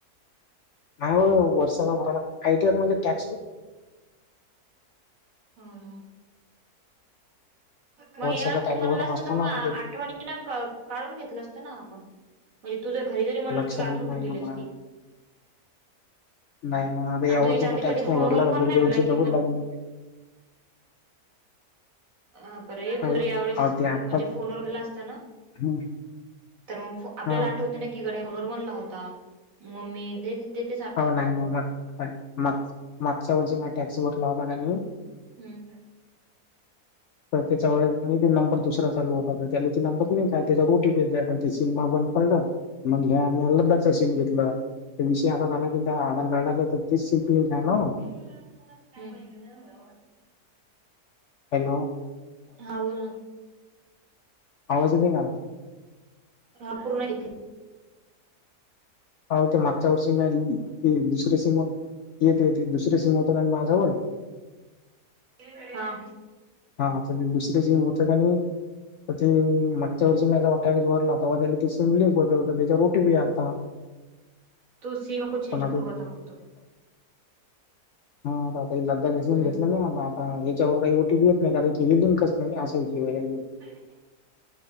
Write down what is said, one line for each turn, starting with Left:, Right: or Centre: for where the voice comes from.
Left: नाही हो वर्षाचा भरायला लागते आय टी आर म्हणजे टॅक्स.
Right: हा हा मग
Left: वर्षाचा
Right: यावेेळेस तू
Left: टॅक्स
Right: म्हणलं
Left: भरत
Right: असतं
Left: असतो
Right: तर मग
Left: ना
Right: आ
Left: आता ते
Right: आठवणी नं काढून घेतलं असतं ना आपण. म्हणजे तु जर घरी जरी म्हणला
Left: लक्षातच
Right: तुला आठवण करून
Left: नाही
Right: दिली
Left: ना
Right: असती.
Left: मा नाही ना आता
Right: आणि
Left: या वर्षाचा
Right: तू याच्या आदी
Left: टॅक्स
Right: कधी
Left: नाही
Right: फोन
Left: भरला
Right: वर
Left: तर
Right: पण
Left: पुढच्या
Right: नाही म्हणला
Left: वर्षी
Right: कि
Left: डबल
Right: मल
Left: लागून जाते.
Right: हा पर तू हे तू
Left: अहो
Right: जरी यावेळेस
Left: अहो, ते आता
Right: म जे फोनवर म्हणलं असतं ना
Left: हम्म.
Right: तर मंग आपल्याला
Left: हा
Right: आठवते ना की गडे फोनवर बोलला होता मंग मी दे देती
Left: हो हो नाही मी मागच्या वर्षी टॅक्स भरला होता का नेहुन.
Right: हम्म
Left: तर त्याच्या वेळे ते नंबर दुसरा चालू होता ज्याला नंबरि काय त्याच्या रोटी <inaudible> ब पड मग ल सम घेत विषय <inaudible> मला कि आधार कार्ड आलं तर तीच शिपी आहे ना <inaudible>
Right: हूं <inaudible>
Left: हॅलो!
Right: हा बोल ना.
Left: आवाज येतोय का?
Right: हा पूर्ण येते.
Left: आव ते मागच्या वर्षी मी ते दुसरं सी <inaudible> ते ते दुसर सीम होत होतं ना माझ्याजवळ.
Right: <unintelligible> हां
Left: हा ते दुसरं सिम होतं का नाय ते मागच्या वर्षी वाटतं त्यावेळीस भरलाता होता त्या त सिमलि ब होता त्याच्या रोटी बी आलता <inaudible>
Right: तू सिम नको चेंज
Left: पण
Right: करू आता फक्त-
Left: हा आता लदाख रसन
Right: हम्म
Left: घेतलं ना आता याच्यावर काही ओटीी <inaudible> नाही करायची हिलिंकच नाही असा विजीवाला <inaudible>
Right: हा